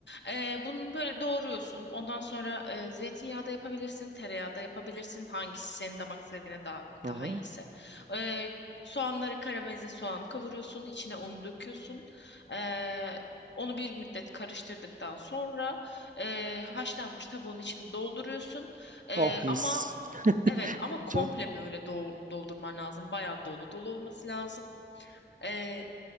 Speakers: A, on the left; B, on the right.
A: Ee, bunu böyle doğruyorsun. Ondan sonra e, zeytinyağı da yapabilirsin, tereyağı da yapabilirsin. Hangisi senin damak zevkine daha,
B: Hı hı.
A: daha iyiyse. Ee, soğanları karamelize soğan kavuruyorsun, içine unu döküyorsun. Ee, onu bir müddet karıştırdıktan sonra e, haşlanmış tavuğun içini dolduruyorsun. Ee,
B: Oh mis.
A: ama Evet ama komple
B: Çok-
A: böyle dol- doldurman lazım. Bayağı dolu dolu olması lazım. Ee,